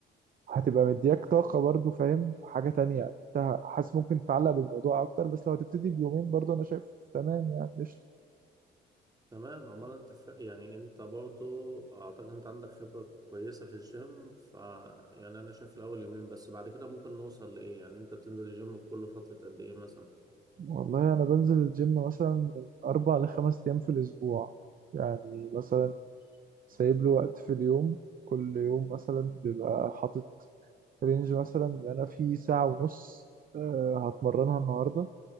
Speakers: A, on the right; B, on the right.
A: هتبقى مدياك طاقة برضو فاهم حاجة تانية يعني انت حاسس ممكن تتعلق بالموضوع اكتر بس لو هتبتدي بيومين برضو انا شايف تمام يعني قشطة
B: تمام امال انت ف... يعني انت برضو اعتقد انت عندك خبرة كويسة في الجيم ف يعني انا شايف الاول يومين بس بعد كده ممكن نوصل لايه يعني انت بتنزل الجيم كل فترة قد ايه مثلا
A: والله انا بنزل الجيم مثلا من اربع لخمس ايام في الاسبوع يعني مثلا سايب له وقت في اليوم كل يوم مثلا بيبقى حاطط رينج مثلا ان انا في ساعة ونص آه، هتمرنها النهاردة